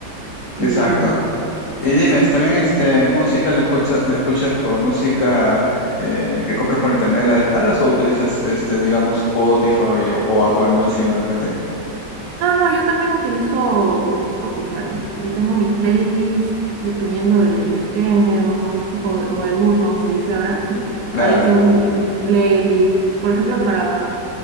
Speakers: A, on the right (about 75°); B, on the left (about 85°).
A: Y
B: Exacto. Y
A: sí,
B: dime,
A: sí.
B: ¿también este, música la escucha, la escuchas por música eh, que compras por internet, la descargas o utilizas, este, digamos, Spotify o, o Apple Music de repente?
A: No, no, yo también utilizo Spotify. Ahí tengo mis playlists, dependiendo del, del género o, o del mood, como se dice ahora. <laughs>
B: Clara,
A: Ahí tengo mi- mis playlists. Por ejemplo, para,